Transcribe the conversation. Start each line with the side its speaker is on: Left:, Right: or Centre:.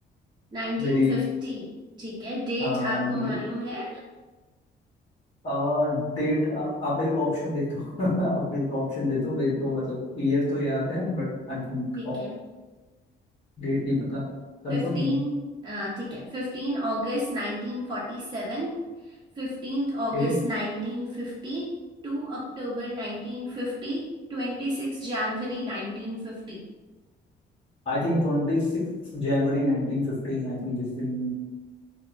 Right: 1950
Left: मेरी
Right: ठीक है डेट
Left: हाँ
Right: आपको
Left: मे-
Right: मालूम है
Left: और डेट आ, आप मेरे को ऑप्शन दे दो <laughs> आप मेरे को ऑप्शन दे दो मेरे को मतलब ईयर तो याद है बट आई थिंक
Right: ठीक है
Left: डेट नहीं पता कंफर्म
Right: 15
Left: नहीं
Right: अ, ठीक है 15 अगस्त 1947 फिफ्टीन अगस्त
Left: है
Right: 1950 टू अक्टूबर 1950 26 जनवरी 1950
Left: I think twenty six January nineteen fifteen I think जिस दिन